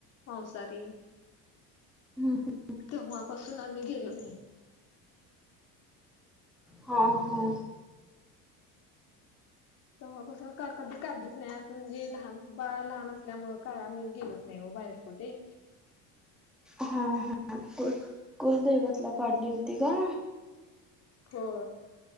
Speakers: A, on the left; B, in the centre.
A: मांसारी
B: हम ह.
A: तेव्हापासून आम्ही गेलो नाही.
B: ह हो.
A: त बस कधी करली म्हणजे लहान बाळ लहान असल्यामुळ काय आम्ही गेलोच नाही व बाहेर कुठे.
B: हा हा कु कुलदैवतला काढली होती का
A: हो.